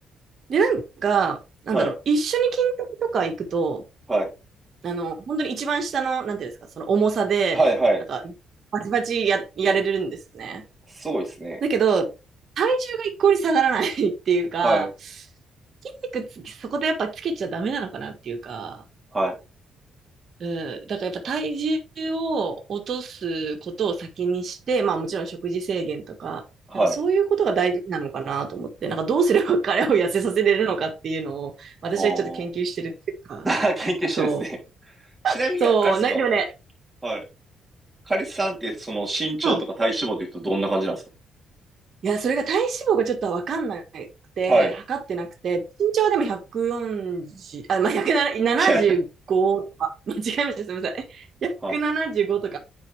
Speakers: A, on the right; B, on the right.
A: で、なんか、なんだろう、
B: はい。
A: 一緒に筋トレとか行くと、
B: はい。
A: あの、本当に一番下の、なんていうんですか、その重さで、
B: はい、はい。
A: なんか、バチバチや、やれるんですね。
B: すごいっすね。
A: だけど、体重が一向に下がらない <laughs> っていうか、
B: はい。
A: 筋肉つそこでやっぱつけちゃダメなのかなっていうか、
B: はい。
A: うん、だからやっぱ体重を落とすことを先にして、まあもちろん食事制限とか、
B: はい。
A: なんかそういうことが大事なのかなと思って、なんかどうすれば <laughs> 彼を痩せさせれるのかっていうのを私はちょっと研究してるっていうか、
B: おー。<laughs> 研究してるんですね。
A: そう。
B: <laughs> ちなみに、
A: そう、
B: あれですか
A: ね、でもね、
B: はい。カリスさんって、その身長とか体脂肪で言うとどんな感じなんですか
A: うん。いや、それが体脂肪がちょっとわかんなくて、
B: はい。
A: 測ってなくて、身長はでも140、あ、まあ、175とか、
B: <laughs>
A: <laughs> 間違えました、すみません。175とか
B: はい。